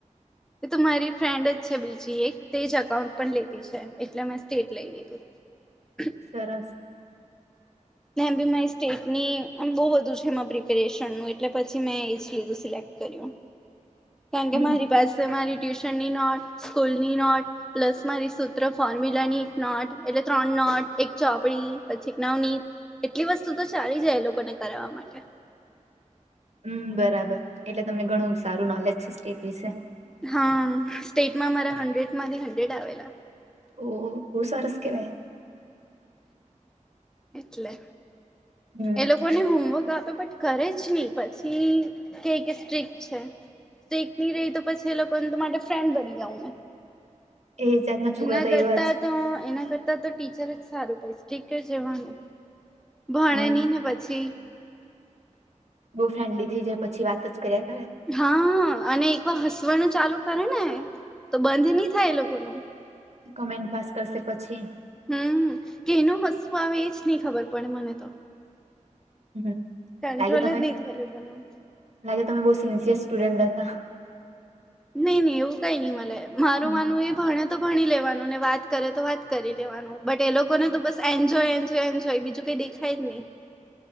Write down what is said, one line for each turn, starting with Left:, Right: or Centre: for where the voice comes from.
Centre: એ તો મારી ફ્રેન્ડ જ છે બીજી એક તે જ અકાઉન્ટ પણ લેતી છે એટલે મેં સ્ટેટ લઈ લીધું <unintelligible> <inaudible>
Right: સરસ
Centre: મેમ બી મા સ્ટેટની બહુ બધું છે એ પ્રિપેરેશનનુંું એટલે પછી મેં એ જ લીધું સિલેક્ટ કારણ
Right: હમ
Centre: કે મારી પાસે મારી ટ્યુશનની નોટ સ્કૂલની નોટ પ્લસ મારી સૂત્ર ફોર્મ્યુલાની એક નોટ એટલે ત્રણટ એક ચોપડી પછી એક નવની એટલી વસ્તુ તો ચાલી જાય એ લોકોને કરાવવા માટે <unintelligible>
Right: હમ બરાબર એટલે તમને ઘણું સારું નોલેજ છે સ્ટેટ વિશે
Centre: હા સ્ટેટમાં મામારા હન્ડ્રેડમાંથી હન્ડ્રેડ આવેલા
Right: ઓ બહુ સરસ કેવાય
Centre: એટલે
Right: હમ
Centre: એ લોકોની હોમવર્ક આપે બટ ઘરે જ નહી પછી ક કે સ્ટ્રીક છે સ્ટ્રીક નહી રહી તો પછી એલોકોને માટે ફ્રેન્ડ બની જાવ મેં
Right: એ જાતના છોકરા
Centre: એના
Right: તો
Centre: કરતા
Right: એવા જ
Centre: તો એના કરતા તો ટીચર જ સારું પ સ્ટીકર જવાનું ભણે
Right: હમ
Centre: ને પછી
Right: બહુ ફ્રેન્ડલી થઈ જાય પછી વાત જ કરીે
Centre: હા અને એક વાર હસવાનુ ચાલુ કરે ને તો બંધ નહી થાય એ લોકોને
Right: કોમેન્ટ પાસ કરશે પછી
Centre: હમ શેનું હસવું આવે એજ નહી ખબર પડે મને તો
Right: હ
Centre: કંટ્રોલ
Right: લાગે તમે
Centre: જ નહી થાય એ લોકોનું
Right: લાગે તમે બહ સિન્સિયર સ્ટુડન્ટ હતા
Centre: નઈ નહી એવું કઈ નઈ મારું
Right: હમ
Centre: માનવું એ ભણ ભણી લેવાનું ને વાત કરે તો વાત કરી લેવાનું બટ એ લોકોને તો બસ એન્જોય એ નય બીજું કઈ દેખાય જ નહી